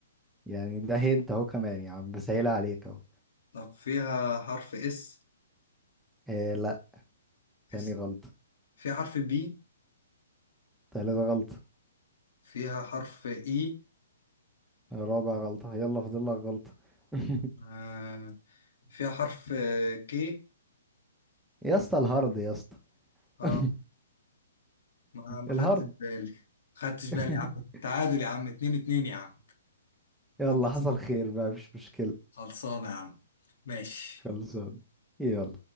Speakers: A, in the centre; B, on the left.
A: يعني ده هنت اهو كمان يا عم بسهلها عليك اهو
B: طب فيها حرف اس
A: إيه لا تاني
B: اس
A: غلطة
B: فيها حرف بي
A: تالت غلطة
B: فيها حرف اي
A: رابع غلطة يلا فاضل لك غلطة <laughs>
B: آه فيها حرف كي
A: يا اسطى الهارد يا اسطى
B: اه
A: <laughs>
B: ما ما
A: الهارد
B: خدتش بالي ما خدتش بالي
A: <laughs>
B: يا عم تعادل يا عم اتنين اتنين يا عم
A: يلا
B: خلص-
A: حصل خير بقى مش مشكلة
B: خلصانة يا عم ماشي
A: خلصان يلا